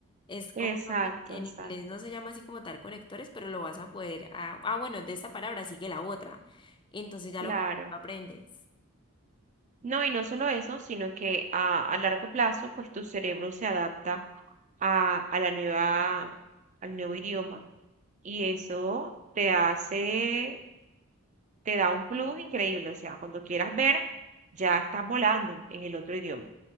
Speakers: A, on the left; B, on the right.
A: es como
B: Exacto,
A: lo que en
B: exacto.
A: inglés no se llama así como tal conectores, pero lo vas a poder, ah, ah, bueno, de esta palabra sigue la otra, entonces ya
B: Claro.
A: lo, lo aprendes.
B: No, y no solo eso, sino que a, a largo plazo, pues tu cerebro se adapta a, a la nueva, al nuevo idioma y eso te hace, te da un plus increíble. O sea, cuando quieras ver, ya estás volando en el otro idioma.